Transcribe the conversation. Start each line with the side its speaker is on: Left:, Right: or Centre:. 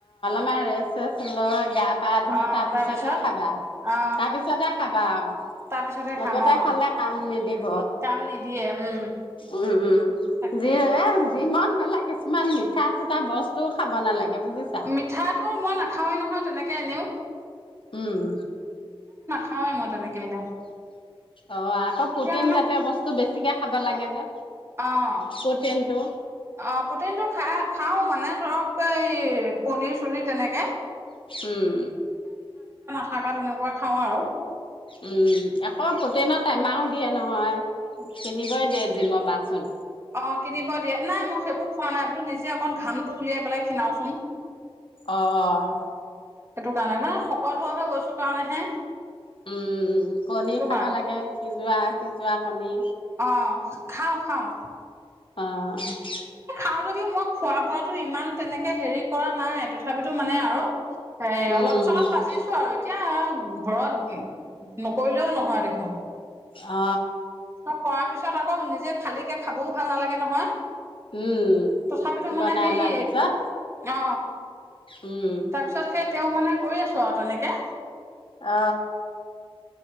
Left: <unintelligible> ৰেচ চেছ লৈ গা পা ধৰি
Right: অ
Left: তাৰ পিছতহে
Right: তাৰপিছত
Left: খাবা।
Right: অ
Left: তাৰ পিছতহে খাবা আৰু।
Right: তাৰপিছতহে
Left: লগতে
Right: খাম অ
Left: খালে কাম নিদিব।
Right: কাম নিদিয়ে উম
Left: উম উম
Right: তাকে
Left: যি এ যি মন <unintelligible> কিছুমান মিঠা চিঠা বস্তু খাব নালাগে। বুজিছা।
Right: মিঠাটো মই নাখাওৱে নহয় তেনেকে কেনেও
Left: উম।
Right: খাওঁৱেই মই তেনেকে এনেও।
Left: অ আকৌ পুটিন
Right: এতিয়া
Left: জাতীয় বস্তু বেছিকে খাব লাগে যে।
Right: অঁ
Left: প্ৰটিনটো
Right: অঁ প্ৰটিনটো খা খাওঁ মানে ধৰক এই পনিৰ চনিৰ তেনেকে।
Left: উম।
Right: থাকা তেনেকুৱা খাওঁ আৰু।
Left: উম। আকৌ পটিনত টেমাও দিয়ে নহয়। কিনিবই দিয়ে জিমৰ পা চোন।
Right: অ কিনিব দিয়ে। নাই মই সেইবোৰ খোৱা নাই বোলো নিজে অকণ ঘামটো উলিয়াই পেলাই খিনাওচোন।
Left: অহ।
Right: সেইটো কাৰণে মানে শকত হৈ হৈ গৈছো কাৰণে হে।
Left: উম কণী
Right: সেইটো
Left: খাব লাগে। সিজোৱা - সিজোৱা কণী।
Right: অ খাওঁ খাওঁ।
Left: অ'।
Right: আৰু যদি মই খোৱা বোৱাটো ইমান তেনেকে হেৰি কৰা নাই তথাপিতো মানে আৰু এ
Left: উম,
Right: অলপ চলপ বাচিছো আৰু এত এতিয়া ঘৰত নকৰিলেও নহয় দেখোন
Left: অ
Right: অ কৰাৰ পিছত আকৌ নিজে খালীকে খাবও ভাল নালাগে নহয়
Left: উম।
Right: তথাপিতো মানে
Left: বনাই
Right: সেই
Left: লোৱাৰ পিছত
Right: অ
Left: উম,
Right: তাৰপিছত সেই তেওঁ মানে কৰি আছো আৰু তেনেকে
Left: অ